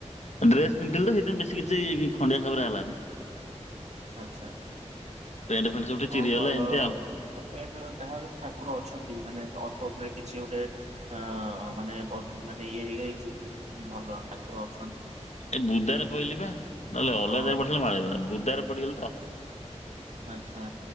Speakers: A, on the left; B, on the right.
A: ଡ୍ରେସ ପିନ୍ଧିଥିଲି ତ ସେଇଥିପାଇଁ ବେଶୀ କିଛି ଖଣ୍ଡିଆ ଖାବରା ହେଲାନି।
B: ଆଛା ହଁ
A: ପେଣ୍ଟ ଫେଣ୍ଟ ସବୁ ଟିକେ ଚିରିଗଲା
B: ଭଲ। ମେନ
A: ଏମିତି ଆଉ।
B: ଦ୍ୱାର ତାହାର ଠାକୁର ଅଛନ୍ତି ମାନେ ଅଳ୍ପ ଅଳ୍ପରେ କିଛି ଗୋଟେ ଅ ମାନେ ବ ମାନେ ଇଏ ହେଇଯାଇଛି ଭଲ ଠାକୁର ଅଛନ୍ତି।
A: ଏ ବୁଦାରେ ପଇଲି ପା ନହେଲେ ଅଲଗାରେ
B: ହଁ
A: ଜାଗାରେ ପଡ଼ିଥିଲେ ମାଡ ହେଇଥାନ୍ତା ବୁଦାରେ ପଡିଗଲି ତ।
B: ଆଛା